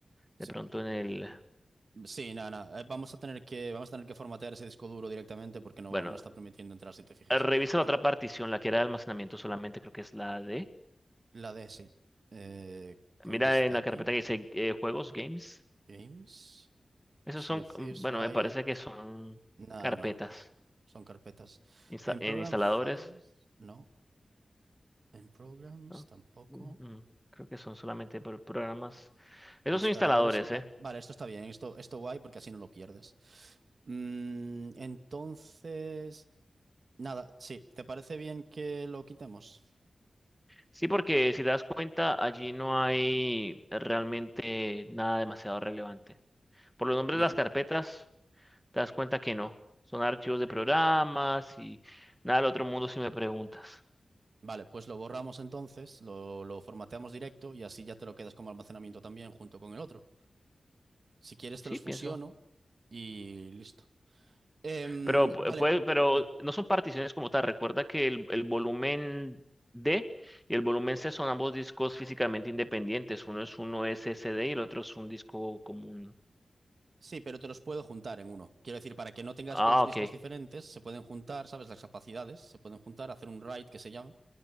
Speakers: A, on the right; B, in the centre.
A: Sí,
B: de pronto en el,
A: sí, nada, nada. Eh, Vamos a tener que, vamos a tener que formatear ese disco duro directamente porque no,
B: bueno,
A: no está permitiendo entrar si te fijas.
B: eh, revisa la
A: Va-
B: otra partición, la que era de almacenamiento solamente, creo que es la D.
A: La D, sí. Eh, ¿dónde
B: Mira
A: está
B: en la
A: aquí?
B: carpeta que dice eh, juegos, games.
A: Games.
B: Esos
A: Sea
B: son,
A: of Thieves,
B: mm, bueno,
A: Riot.
B: me parece que son
A: Nada,
B: carpetas
A: no. Son carpetas.
B: insta-
A: En
B: en
A: Program
B: instaladores,
A: Files, no. En Programs,
B: ¿no?
A: tampoco.
B: Mm, mm, Creo que son solamente pro- programas. Esos
A: Instaladores.
B: son instaladores,
A: Va-
B: ¿eh?
A: vale, esto está bien, esto, esto guay porque así no lo pierdes. Mm, entonces, nada, sí, ¿te parece bien que lo quitemos?
B: Sí, porque si te das cuenta, allí no hay realmente nada demasiado relevante. Por los nombres
A: Bien,
B: de las carpetas, te das cuenta que no. Son archivos de programas y nada del otro mundo si me preguntas.
A: vale, pues lo borramos entonces, lo, lo formateamos directo y así ya te lo quedas como almacenamiento también junto con el otro. Si quieres te
B: Sí,
A: los fusiono
B: pienso.
A: y listo. Em,
B: Pero, pu-
A: vale,
B: puede- pero
A: de-
B: no son particiones como tal. Recuerda que el, el volumen D y el volumen C son ambos discos físicamente independientes. Uno es uno un SSD y el otro es un disco común.
A: sí, pero te los puedo juntar en uno. Quiero decir, para que no tengas
B: Ah,
A: dos discos
B: ok.
A: diferentes, se pueden juntar, ¿sabes? Las capacidades, se pueden juntar, hacer un write que se llama.